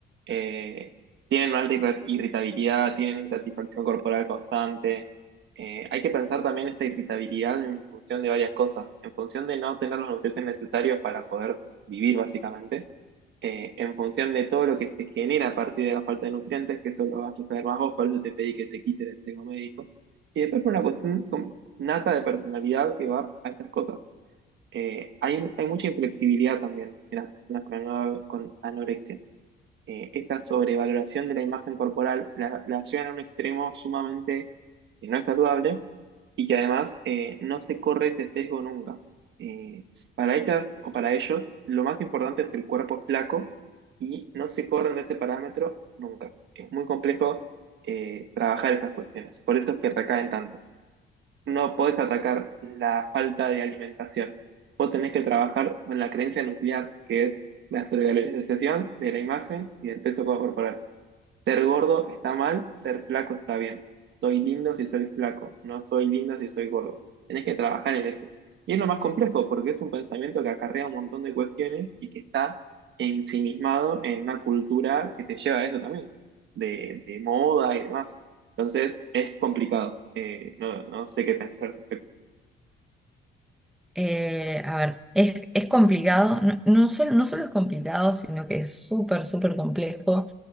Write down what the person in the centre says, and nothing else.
Eh, a ver, es, es complicado, no, no sol- no solo es complicado, sino que es súper, súper complejo.